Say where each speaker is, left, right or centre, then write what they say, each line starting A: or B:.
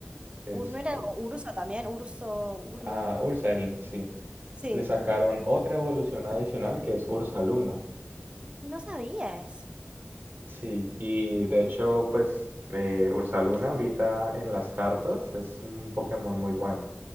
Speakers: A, on the right (about 50°); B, on the right (about 25°).
A: Esto.
B: Ur- ¿No era Urso también? Urso, Ur...
A: A Ursaring, sí.
B: Sí,
A: Le sacaron otra evolución adicional que es Ursaluna.
B: no sabías.
A: Sí, y de hecho, pues eh, Ursaluna ahorita en las cartas es un Pokémon muy bueno.